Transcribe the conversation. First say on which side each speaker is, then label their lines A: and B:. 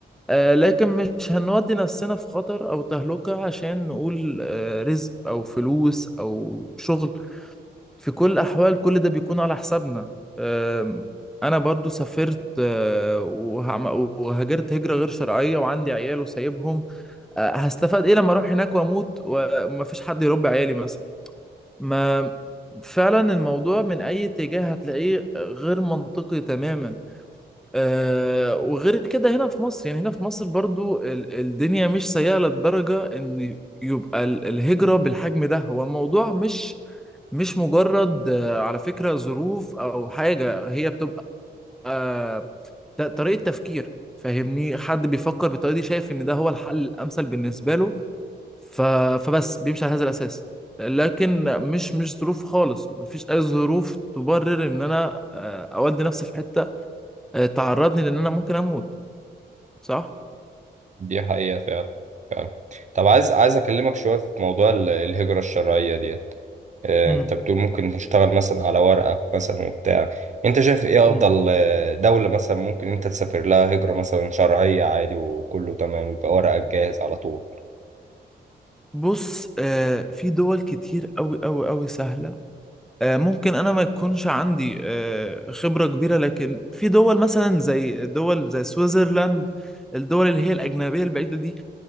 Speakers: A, in the centre; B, on the right.
A: آه لكن مش هنودي نفسنا في خطر أو تهلكة عشان نقول آه رزق أو فلوس أو شغل في كل الأحوال كل ده بيكون على حسابنا أم، أنا برضو سافرت أه، وهعم- وهاجرت هجرة غير شرعية وعندي عيال وسايبهم أه، هستفاد إيه لما أروح هناك وأموت ومفيش حد يربي عيالي مثلا ما فعلا الموضوع من أي اتجاه هتلاقيه غير منطقي تماما آه، وغير كده هنا في مصر يعني هنا في مصر برضو ال- الدنيا مش سيئة للدرجة ان يبقى ال- الهجرة بالحجم ده هو الموضوع مش مش مجرد آه، على فكرة ظروف او حاجة هي بتبقى آه، ط- طريقة تفكير فاهمني حد بيفكر بالطريقة دي شايف ان ده هو الحل الامثل بالنسبة له ف... فبس بيمشي على هذا الاساس لكن مش مش ظروف خالص مفيش اي ظروف تبرر ان انا آه، اودي نفسي في حتة آه، تعرضني لان انا ممكن اموت صح
B: دي حقيقة فعلا فعلا طب عايز عايز اكلمك شوية في موضوع ال- الهجرة الشرعية ديت آه،
A: مم.
B: انت بتقول ممكن تشتغل مثلا على ورقك مثلا وبتاع انت شايف ايه
A: مم.
B: افضل آه، دولة مثلا ممكن انت تسافر لها هجرة مثلا شرعية عادي وكله تمام يبقى ورقك جاهز على طول
A: بص آه في دول كتير قوي قوي قوي سهلة آه ممكن انا ما يكونش عندي آه خبرة كبيرة لكن في دول مثلا زي دول زي سويسرلاند الدول اللي هي الأجنبية البعيدة دي